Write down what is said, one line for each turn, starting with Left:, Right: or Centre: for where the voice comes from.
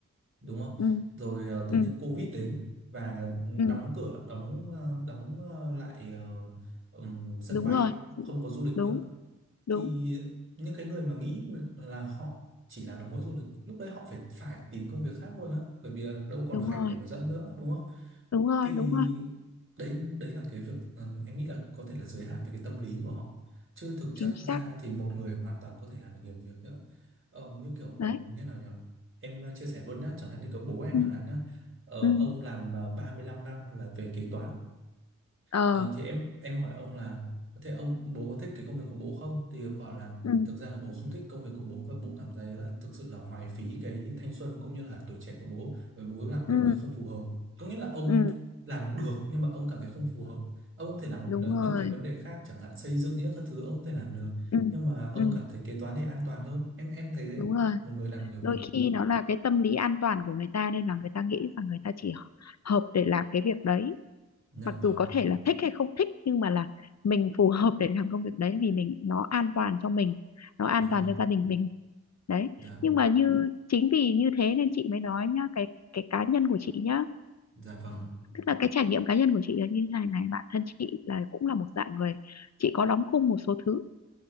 Right: đúng không
Left: ừ
Right: rồi ờ, tự
Left: ừ
Right: nhiên Covid đến và
Left: ừ
Right: đóng cửa đóng ờ, đóng ờ, lại ờ, ừm, sân
Left: đúng
Right: bay
Left: rồi
Right: không có du lịch
Left: đúng
Right: nữa
Left: đúng
Right: thì những cái người mà nghĩ là họ chỉ làm được mỗi du lịch lúc đấy họ phải phải tìm công việc khác luôn á bởi vì là đâu còn
Left: đúng
Right: khách
Left: rồi
Right: để mà dẫn nữa đúng không
Left: đúng rồi
Right: thì
Left: đúng rồi
Right: đấy đấy là cái việc ờ, em nghĩ là có thể là giới hạn về cái tâm lý của họ chứ thực chất
Left: chính xác
Right: ra thì một người hoàn toàn có thể làm được nhiều việc nữa Ờ, như kiểu
Left: đấy
Right: ờ, như nào nhỉ em ờ, chia sẻ luôn nhá chẳng hạn như kiểu bố em
Left: ừ
Right: chẳng hạn nhá Ờ,
Left: ừ
Right: ông làm ờ, 35 năm là về kế toán
Left: ờ
Right: Ờ, thì em em hỏi ông là thế ông bố có thích cái công việc của bố không? Thì ông bảo là
Left: ừ
Right: thực ra là bố không thích công việc của bố và bố cảm thấy là thực sự là hoài phí cái thanh xuân cũng như là tuổi trẻ của bố bởi bố làm
Left: ừ
Right: công việc không phù hợp. Có nghĩa là ông
Left: ừ
Right: làm được nhưng mà ông cảm thấy không phù hợp. Ông có thể làm
Left: đúng
Right: ờ,
Left: rồi
Right: những cái vấn đề khác chẳng hạn xây dựng những các thứ ông có thể làm được
Left: ừ
Right: nhưng mà ông
Left: ừ
Right: cảm thấy kế toán thì an toàn hơn. Em em thấy đấy,
Left: đúng rồi
Right: một người làm được nhiều việc.
Left: đôi khi nó là cái tâm lý an toàn của người ta nên là người ta nghĩ rằng người ta chỉ hợp để làm cái việc đấy
Right: Dạ
Left: mặc
Right: vâng,
Left: dù có thể là thích hay không thích nhưng mà là mình phù hợp để làm công việc đấy vì mình nó an toàn cho mình nó an
Right: đúng
Left: toàn
Right: rồi.
Left: cho gia đình mình đấy
Right: Dạ,
Left: nhưng mà như chính vì như thế nên chị mới nói nhá cái cái cá nhân của chị nhá
Right: dạ vâng,
Left: tức là cái trải nghiệm cá nhân của chị là như thế này này bản thân chị là cũng là một dạng người chị có đóng khung một số thứ